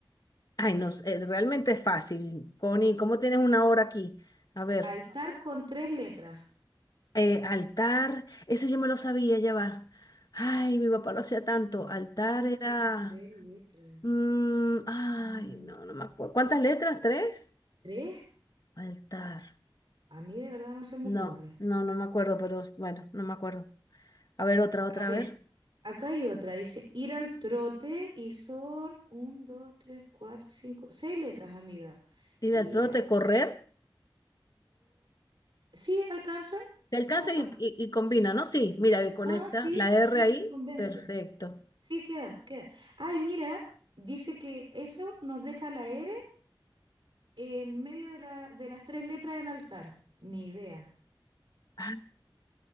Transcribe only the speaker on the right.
Altar con tres letras.
Altar
con tres letras.
Mm,
¿Tres?
A mí de verdad no se me ocurre.
A ver,
acá hay otra, dice ir al trote y son un, dos, tres, cuatro, cinco, seis letras, amiga.
Iraco.
Sí, alcanza.
Vamos a
poner.
Ah,
sí,
sí,
me convence.
Sí, queda, queda. Ay, mira, dice que eso nos deja la R en medio de, la, de las tres letras en altar. Ni idea.